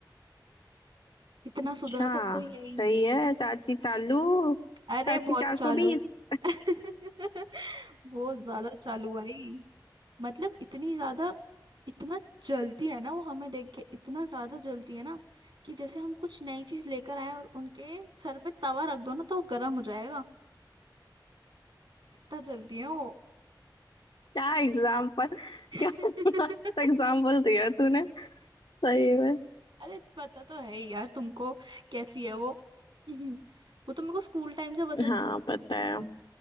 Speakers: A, on the right; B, on the left.
A: इतना
B: अच्छा
A: सुधरा तो कोई है ही
B: सही
A: नहीं
B: है चाची चालू
A: अरे
B: चाची
A: बहुत
B: चार
A: चालू
B: सौ बीस
A: <laughs> बहुत ज्यादा चालू भाई मतलब इतनी ज्यादा इतना जलती है ना वो हमें देख के इतना ज्यादा जलती है ना कि जैसे हम कुछ नई चीज लेकर आए और उनके सर पे तवा रख दो ना तो वो गर्म हो जाएगा इतना जलती है वो
B: क्या एग्जाम पर क्या
A: <laughs>
B: मस्त एग्जाम्पल दिया तूने सही में
A: अरे पता तो है ही यार तुमको कैसी है वो <clears throat> <laughs> वो तो मेरे को स्कूल टाइम से पसंद
B: हाँ पता है